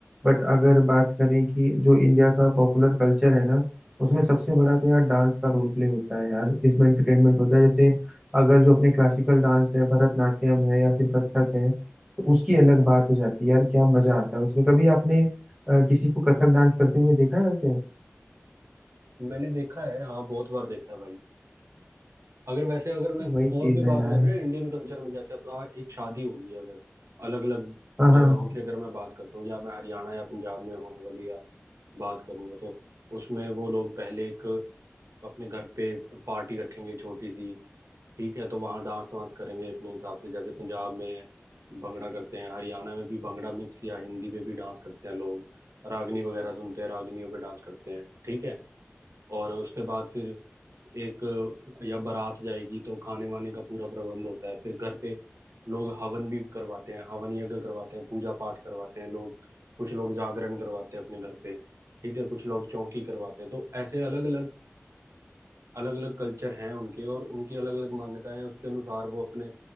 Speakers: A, on the right; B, on the right.
A: बट अगर बात करें कि जो इंडिया का पॉपुलर कल्चर है ना उसमें सबसे बड़ा तो यार डांस का रोल प्ले होता है यार जिसमें एंटरटेनमेंट होता है जैसे अगर जो अपने क्लासिकल डांस है भरतनाट्यम है या फिर कथक है तो उसकी अलग बात हो जाती है यार क्या मजा आता है उसमें कभी आपने अ, किसी को कथक डांस करते हुए देखा है वैसे
B: मैंने देखा है हाँ बहुत बार देखा है भाई अगर वैसे अगर मैं
A: वही चीज
B: और भी
A: है
B: बात
A: यार
B: करें ना इंडियन कल्चर में जैसे अब आ, एक शादी होगी अगर अलग अलग
A: हाँ हाँ
B: जगहों की अगर मैं बात करता हूँ या मैं हरियाणा या पंजाब में होने वाली या बात करूंगा तो उसमें वो लोग पहले एक अपने घर पे पार्टी रखेंगे छोटी सी ठीक है तो वहाँ डांस वांस करेंगे अपने हिसाब से जैसे पंजाब में भंगड़ा करते हैं हरियाणा में भी भंगड़ा मिक्स या हिंदी पे भी डांस करते हैं लोग रागनी वगैरह सुनते हैं रागनियों पे डांस करते हैं ठीक है और उसके बाद फिर एक अ, या बारात जाएगी तो खाने वाने का पूरा प्रबंध होता है फिर घर पे लोग हवन भी करवाते हैं हवन यज्ञ करवाते हैं पूजा पाठ करवाते हैं लोग कुछ लोग जागरण करवाते हैं अपने घर पे ठीक है कुछ लोग चौकी करवाते हैं तो ऐसे अलग अलग अलग अलग कल्चर हैं उनके और उनकी अलग अलग मान्यताएं हैं उसके अनुसार वो अपने